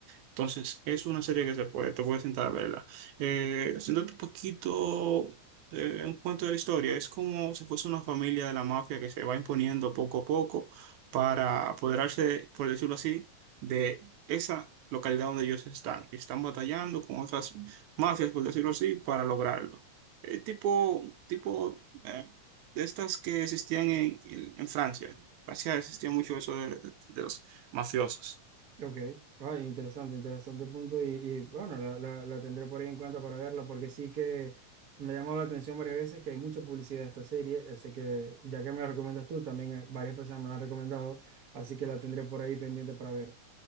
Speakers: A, on the right; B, on the right.
A: Entonces, es una serie que se puede, te puedes sentar a verla. Eh, siéntate un poquito eh, un cuento de la historia, es como si fuese una familia de la mafia que se va imponiendo poco a poco para apoderarse, por decirlo así, de esa localidad donde ellos están. Y Están batallando con otras mafias, por decirlo así, para lograrlo. Eh, tipo, tipo eh, de estas que existían en, en, en Francia. Francia existía mucho eso de de los mafiosos.
B: Ok, Ay, interesante, interesante punto y, y, bueno, la, la- la tendré por ahí en cuenta para verla porque sí que me ha llamado la atención varias veces que hay mucha publicidad de esta serie, eh, sé que ya que me la recomiendas tú, también eh, varias personas me la han recomendado, así que la tendré por ahí pendiente para ver.